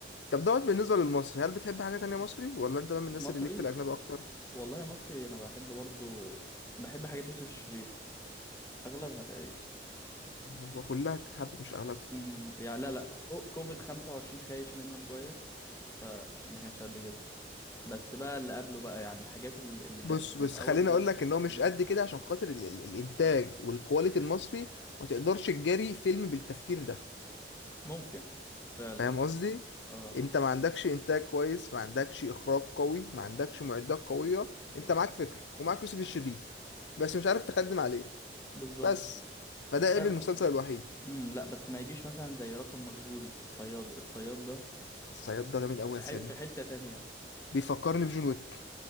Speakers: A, on the left (about 85°); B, on the left (about 15°).
A: طب دوت بالنسبة للمصري هل بتحب حاجة تانية مصري ولا انت بقى من الناس
B: مصري
A: اللي ليك في الأجنبي أكتر
B: والله مصري انا بحب برضه بحب حاجات يوسف الشريف اغلبها تقريبا
A: وكلها تتحب مش أغلبها
B: امم يعني لا لا كو- كوفيد 25 خايش منه شويه فما كانش قد كده بس بقى اللي قبله بقى يعني الحاجات ال- اللي
A: بص
B: كانت في
A: بص
B: الاول
A: خليني
B: بتاع
A: أقول لك إن هو مش
B: مم.
A: قد كده عشان خاطر ال ال الإنتاج والكواليتي المصري ما تقدرش تجاري فيلم بالتفكير ده
B: ممكن فعلا
A: فاهم قصدي؟
B: اه
A: أنت ما عندكش إنتاج كويس ما عندكش إخراج قوي ما عندكش معدات قوية أنت معاك فكرة ومعاك يوسف الشريف بس مش عارف تخدم عليه
B: بالظبط
A: بس فده عيب
B: لا
A: المسلسل الوحيد
B: امم لا بس ما يجيش مثلا زي رقم مجهول الصياد الصياد ده
A: الصياد
B: ح-
A: ده جامد قوي
B: في
A: يا
B: ح-
A: سياد
B: في حته تانية
A: بيفكرني بجون ويك